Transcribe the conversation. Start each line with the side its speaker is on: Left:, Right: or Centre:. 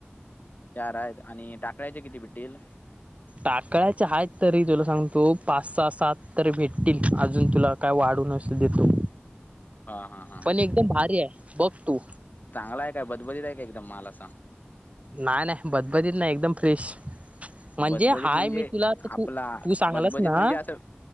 Left: चार आहेत आणि टाकळ्याचे किती भिटतील?
Right: टाकळ्याचे आहेत तरी तुला सांग तो पाच सहा सात तरी भेटतील अजून तुला काय वाढून असं देतो.
Left: हा, हा, हा.
Right: पण एकदम भारी आहे बघ तू.
Left: चांगला आहे काय, बदबदित आहे का एकदम माल असा?
Right: नाही नाही, बदबदित नाही एकदम फ्रेश. म्हणजे
Left: बदबदीत
Right: हाय
Left: म्हणजे
Right: मी तुला आता तू
Left: आपला
Right: तू सांगलास
Left: बदबदीत
Right: ना
Left: म्हणजे असं